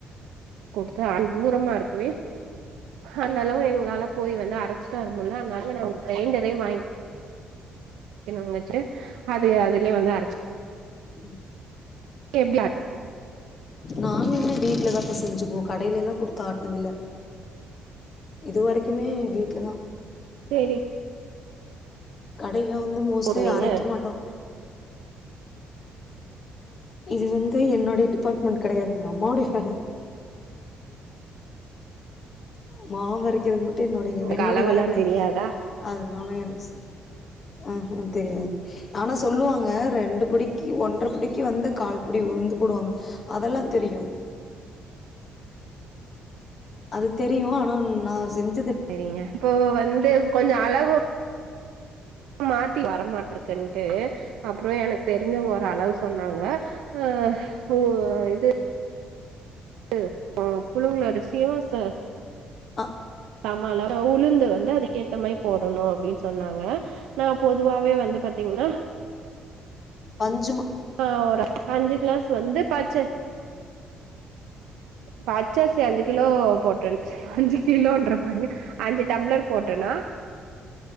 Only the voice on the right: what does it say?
கொடுத்த தூரமா இருக்குவே அந்த அளவு எங் நால போய் வந்து அரைச்சுட்ட வர முடியல அதனால நா உ கிரைண்டரே வாங் கென் வாங்கச்சே அது அதுலயே வந்து அரச்
<unintelligible> லாட்
சேரி
போடுவீங்க
உங்களுக்கு
அளவுல்லா
தெரியாதா
செரிங்க இப்போ வந்து கொஞ்ச அளவு மாத்தி வரமாட்ருக்குன்ட்டு அப்பறோ எனக்கு தெரிஞ்சவ்ங்க ஒரு அளவு சொன்னாங்க அ ஓ ந்து <inaudible> ம் புழுங்கலரிசியு ச
சம அள அ உளுந்து வந்து அதுக்கேத்த மாரி போடணு அப்டின் சொன்னாங்க நா பொதுவாவே வந்து பாத்தீங்ன்னா
ஆ ஒரு அஞ்சு கிளாஸ் வந்து பச்ச பச்சரிசி அஞ்சு கிலோ போட்டன் அஞ்சு கிலோன்ற பாருங்க அஞ்சு டம்ளர் போட்டன்னா